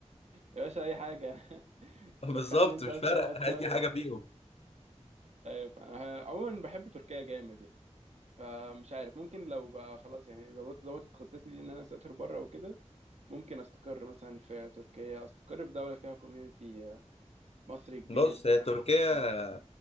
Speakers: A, on the right (about 70°); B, on the left (about 60°).
A: يا باشا أي حاجة <laughs>
B: بالظبط
A: دخلني انت
B: مش
A: بس
B: فارقه
A: انا هتصرف
B: اي حاجه فيهم
A: ايوه فاهم. أنا عموما بحب تركيا جامد يعني فمش عارف ممكن لو بقى خلاص يعني ظبطت ظبطت خطتي دي ان انا اسافر بره وكده ممكن استقر مثلا في تركيا استقر في دوله فيها كوميونتي مصري كبير
B: بص
A: مثلا
B: هي تركيا
A: او مسلم